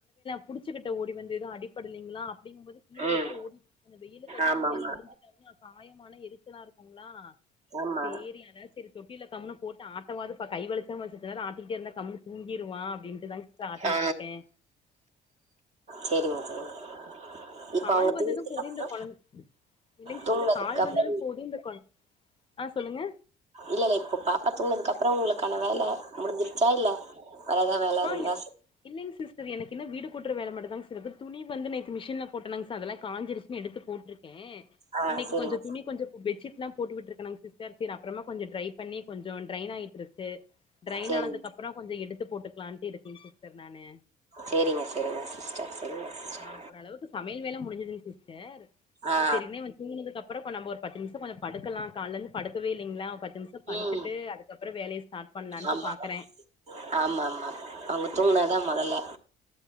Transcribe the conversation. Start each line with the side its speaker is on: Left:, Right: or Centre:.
Left: புடுச்சுக்கிட்ட ஓடி வந்து எது அடிப்படுலீங்களா அப்டீங்கும்போது கீழ
Right: ம்
Left: விட்டா ஓடி அந்த வெய்யிலுக்கு அதிக்கு
Right: ஆமாமா
Left: எங்காது விழுந்துடாங்கன்னா அப்ப காயமான எரிச்சலா இருக்குங்களா
Right: ஆமா
Left: சேரி அதா செரி தொட்டில கம்னு போட்டு ஆட்ட வாதுபா கை வளுச்சாமா சத்து நேரோ ஆட்டிகிட்டே இருந்தா கம்னு தூங்கிருவா அப்டீன் டு தாங் சிஸ்ட ஆட்டீட்ருக்கே.
Right: ஆ சரிங்க சரிங்க இப்ப
Left: கால்
Right: அவங்க
Left: வந்ததும்போது
Right: தூங்குனதுக்கு அப்றோ
Left: இந்த கொழந் இல்லைங்
Right: தூங்குனதுக்கு
Left: சிஸ்டர் கால்
Right: அப்றோ
Left: வந்ததும் போது இந்த கொ ஆ சொல்லுங்க
Right: இல்லல்ல இப்போ பாப்பா தூங்னதுக்கப்றோ உங்களுக்கான வேல முடுஞ்சிருச்சா இல்ல வேற எதா வேல
Left: ஆ
Right: இருந்தா
Left: இ இல்லைங்க சிஸ்டர் எனக் கு இன்னு வீடு கூட்ற வேல மட்டுதாங் சி இருக்கு துணி வந்து நேத்து மிஷின்ல போட்டலங் ச அதல்லா காஞ்சிருச்சுனு எடுத்து போட் ருக்கே
Right: ஆ
Left: இன்னைக்கு
Right: சரிங்க
Left: கொஞ்சொ துணி கொஞ்சொ பெட்ஷீட்ல்லா போட்டுட்ருக்கனாங் சிஸ்டர் செரி அப்பறமா கொஞ்சொ ட்ரை பண்ணி கொஞ்சொ ட்ரைன் ஆயிட் ருக்கு ட்ரைன்
Right: சரிங்க
Left: ஆனதுக்கு அப்றொ கொஞ்சொ எடுத்து போட்டு ப்லான்டட் போயிட்ருக்குறே நானு
Right: சரிங்க சரிங்க சிஸ்டர் சரிங்க சிஸ்டர்
Left: ஆ ஓரளவுக்கு சமையல் வேல முடிஞ்சுது சிஸ்டர்
Right: ஆ
Left: இப்பேருனே இவ துங்குனதுக் அப்றொ இப்ப நம்ப ஒரு பத்து நிமிஷ கொஞ்சொ படுக்கலா காலந்து படுக்கவே இல்லைங்களா பத்து நிமிஷ படுத்துட்டு
Right: ம்
Left: அதுக்கப்புறொ வேலைய ஸ்டாட் பண்லான்ட்டு
Right: ஆமா
Left: பாக்குறே
Right: ஆமா ஆமா. அவங்க தூங்குனாதா மொத்தல